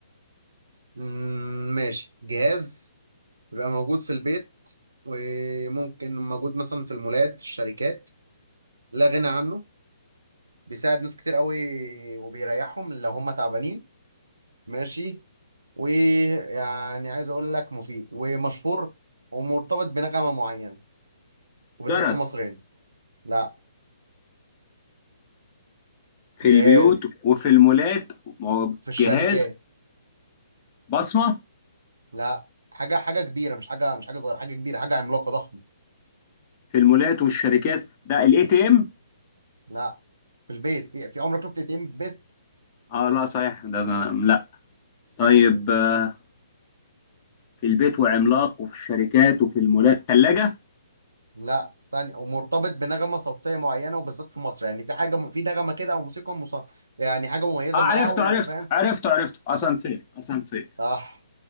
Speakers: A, on the right; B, on the left.
A: مم، ماشي جهاز بيبقى موجود في البيت وممكن موجود مثلا في المولات في الشركات لا غنى عنه بيساعد ناس كتير قوي وبيريحهم لو هم تعبانين ماشي ويعني عايز اقول لك مفيد ومشهور ومرتبط بنغمة معينة وبالذات
B: جرس
A: في مصر هنا لا
B: في
A: جهاز
B: البيوت وفي المولات
A: في الشركات
B: جهاز بصمة
A: لا حاجة حاجة كبيرة مش حاجة مش حاجة صغيرة حاجة كبيرة حاجة عملاقة ضخمة
B: في المولات والشركات ده الاي تي ام
A: لا في البيت في, في عمرك شفت اي تي ام في بيت
B: اه لا صحيح ده, ده لا طيب آه، في البيت وعملاق وفي الشركات وفي المولات ثلاجة
A: لا ثانية ومرتبط بنغمة صوتية معينة وبالذات في مصر يعني في حاجة في نغمة كده او موسيقى مص... يعني حاجة مميزة
B: اه عرفته
A: معاه وفاهم
B: عرفته عرفته عرفته اسانسير اسانسير
A: صح